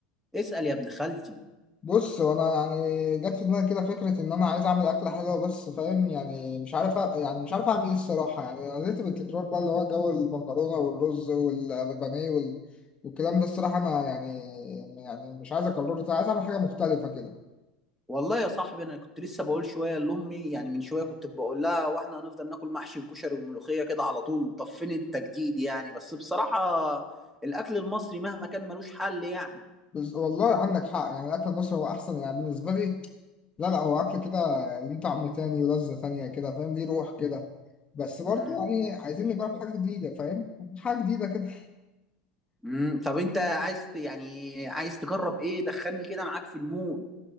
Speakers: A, in the centre; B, on the left.
A: اسال يا ابن خالتي
B: بص وانا يعني جت في دماغي كده فكره ان انا عايز اعمل اكله حلوه بس فاهم يعني مش عارف أ- يعني مش عارف اعمل ايه الصراحه يعني انا زهقت بالتكرار بقى اللي هو جو المكرونه والرز والبانيه وال... والكلام ده الصراحه انا يعني يعني مش عايز اكرره تاني عايز اعمل حاجه مختلفه كده
A: والله يا صاحبي انا كنت لسه بقول شويه لامي يعني من شويه كنت بقول لها واحنا هنفضل ناكل محشي وكشري وملوخيه كده على طول طب فين التجديد يعني بس بصراحه الاكل المصري مهما كان ملوش حل يعني
B: بس والله عندك حق يعني اكل مصر هو احسن يعني بالنسبه لي لا لا هو اكل كده ليه طعم تاني ولذه تانيه كده فاهم ليه روح كده بس برضه
A: امم
B: يعني عايزين نجرب حاجة جديدة فاهم حاجة جديدة كده
A: امم طب انت عايز ت- يعني عايز تجرب ايه دخلني كده معاك في المود